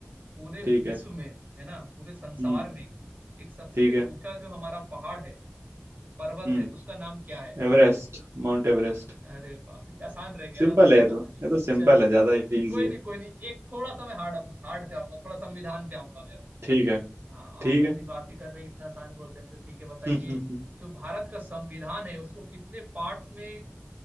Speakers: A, on the right; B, on the right.
A: पूरे विश्व
B: ठीक है
A: में है ना पूरे संसार
B: हम्म
A: में एक सबसे
B: ठीक है
A: ऊंचा जो हमारा पहाड़ है पर्वत
B: हम्म
A: है उसका नाम क्या है
B: Everest Mount Everest
A: <laughs> अरे वाह ये आसान रह गया
B: सिंपल
A: ना थोड़ा
B: है
A: सा
B: ये तो ये तो सिंपल
A: चलिए
B: है ज्यादा इजी
A: कोई
B: है
A: नहीं कोई नहीं एक थोड़ा सा मैं हार्ड हार्ड पे आऊंगा थोड़ा संविधान पे आऊंगा मैं
B: ठीक है
A: हाँ,
B: ठीक
A: आप ऐसी
B: है <laughs>
A: बात ही कर रहे हैं इतना आसान बोल रहे हैं तो ठीक है बताइए
B: हम्म हम्म
A: जो भारत का संविधान है उसको कितने पार्ट्स में